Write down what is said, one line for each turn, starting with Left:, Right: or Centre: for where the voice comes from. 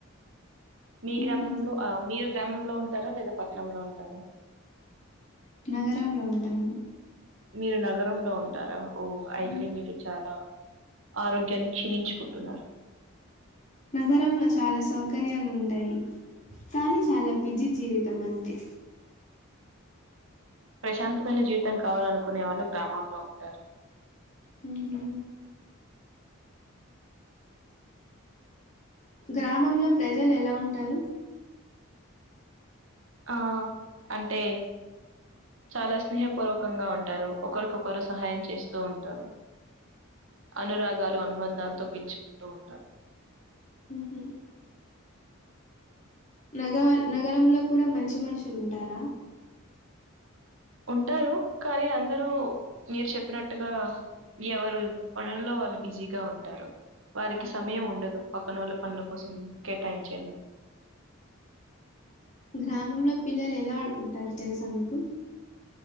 Right: మీ
Left: మ్మ్
Right: గ్రామంలో ఆ మీరు గ్రామంలో ఉంటారా లేదా పట్టణంలో ఉంటారా.
Left: నగరంలో ఉంటాను.
Right: మీరు నగరంలో ఉంటారా, ఓ అయితే
Left: మ్మ్
Right: మీరు చాలా ఆరోగ్యాన్ని క్షీణించుకుంటున్నారు.
Left: నగరంలో చాలా సౌకర్యాలు ఉంటాయి. కానీ చాలా బిజీ జీవితం అంతే.
Right: ప్రశాంతమైన జీవితం కావాలనుకునే వాళ్ళు గ్రామంలో ఉంటారు.
Left: హుహ్ అ గ్రామంలో ప్రజలు ఎలా ఉంటారు?
Right: ఆ అంటే చాలా స్నేహపూర్వకంగా ఉంటారు ఒకరికొకరు సహాయం చేస్తూ ఉంటారు అనురాగాలు అనుబంధాలతో పిచుకుంటూ ఉంటారు
Left: ఉహ్రా నగ నగరంలో కూడా మంచి మనుషులు ఉంటారా
Right: ఉంటారు కానీ అందరూ మీరు చెప్పినట్టుగా ఎవరు పనుల్లో వాళ్ళు బిజీగా ఉంటారు వారికి సమయం ఉండదు పక్కన వాళ్ళ పనుల కోసం కేటాయించేందుకు
Left: గ్రామంలో పిల్లలు ఎలా ఆడుకుంటారు తెలుసా మీకు